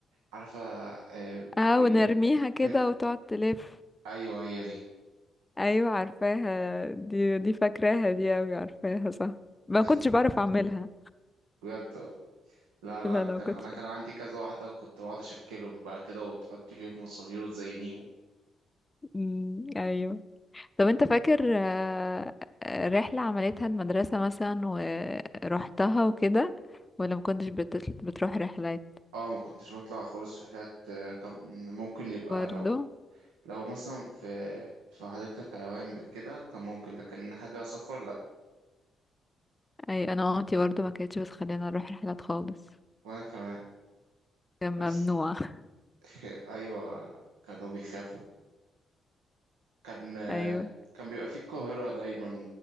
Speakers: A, on the right; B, on the left.
A: عارفة آه،
B: اه
A: ال...
B: ونرميها كده
A: ت-
B: وتقعد تلف
A: أيوه هي دي
B: ايوه عارفاها دي دي فاكراها دي اوي عارفاها صح ما
A: كانت
B: كنتش بعرف اعملها
A: بجد والله. لا لا
B: لا
A: أنا
B: لا
A: كان
B: ما كنتش
A: أنا كان عندي كذا واحدة وكنت بقعد أشكلهم بقى كده وتحط فيهم مصابير وتزينيهم
B: م، ايوه طب انت فاكر آه، آه، رحلة عملتها المدرسة مثلا ورحتها وكده ولا ما كنتش بتطل- بتروح رحلات
A: اه ما كنتش بطلع خالص في حاجات آه، كان ممكن يبقى
B: برضو
A: لو لو مثلا في في حديقة الحيوان كده كان ممكن لكن حاجة سفر لأ
B: اي انا مامتي برضو ما كانتش بتخلينا نروح رحلات خالص
A: وأنا كمان
B: كان
A: بس
B: ممنوع <laughs>
A: <laughs> ايوه كانوا بيخافوا كان
B: ايوه
A: كان بيبقى في القاهرة دايما